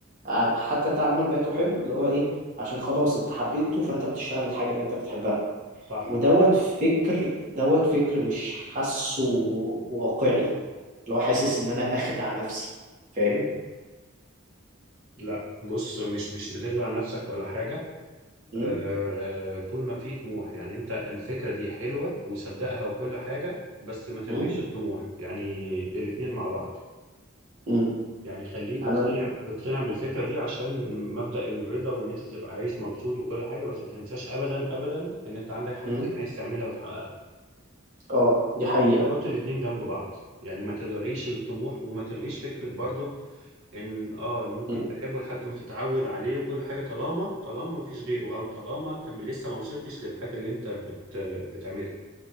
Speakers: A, on the right; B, on the right.
A: ع- حتى تعمل ما تحب اللي هو ايه عشان خلاص انت حبيته فانت بتشتغل الحاجة اللي انت بتحبها
B: صح
A: ودوت فكر دوت فكر مش حاسه واقعي اللي هو حاسس ان انا بخدع نفسي فاهم
B: لا بص مش مش بتخدع نفسك ولا حاجة
A: امم
B: آه، طول ما في طموح يعني انت الفكرة دي حلوة وصدقها وكل حاجة بس ما تلغيش
A: امم
B: الطموح يعني الاتنين مع بعض
A: امم
B: يعني خليك
A: يعني
B: اقتنع
A: انا
B: اقتنع بالفكرة دي عشان مبدأ الرضا وان انت تبقى عايش مبسوط وكل حاجة بس ما تنساش ابدا ابدا ان انت عندك حاجة
A: امم
B: تانية عايز تعملها وتحققها
A: اه دي حقيقة
B: حط الاتنين جنب بعض يعني ما تلغيش الطموح وما تلغيش فكرة برضو ان اه ممكن
A: امم
B: تحبه لحد ما تتعود عليه وكل حاجه طالما طالما ما فيش غيره او طالما انت م- لسه ما وصلتش للحاجه اللي انت بت بتعملها